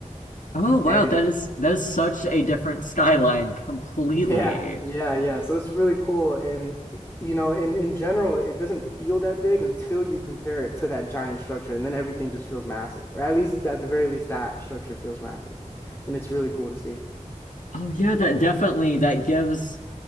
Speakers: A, on the left; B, on the left.
A: Oh, wow,
B: And
A: that is that is such a different skyline completely.
B: yeah, yeah, yeah. So it's really cool. And you know, in in general, it doesn't feel that big until you compare it to that giant structure, and then everything just feels massive. Or at least at the very least, that structure feels massive, and it's really cool to see.
A: Oh yeah, that definitely that gives